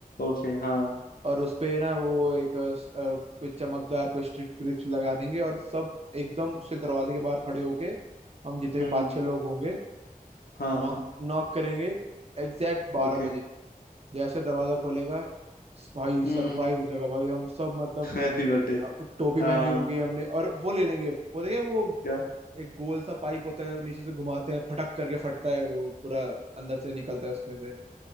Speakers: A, on the left (about 85°); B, on the right (about 45°).
A: ओके हाँ
B: और उसपे ना वो एक अ, कोई चमकदार पे स्ट्रिप स्ट्रिप्स लगा देंगे और सब एकदम उसके दरवाजे के बाहर खड़े होके हम जितने
A: हम्म
B: भी पाँच छह लोग होंगे
A: हाँ
B: नॉक नॉक करेंगे एग्जैक्ट बारह
A: ओके
B: बजे जैसे दरवाजा खोलेगा भाई
A: हम्म
B: सरप्राइज हो जाएगा भाई हम सब मतलब
A: Happy birthday
B: अ, टोपी
A: हाँ
B: पहनी होगी हमने और वो ले लेंगे वो देखे वो
A: क्या
B: एक गोल सा पाइप होता है वो नीचे से घुमाते हैं फटक करके फटता है वो पूरा अंदर से निकलता है उसमें से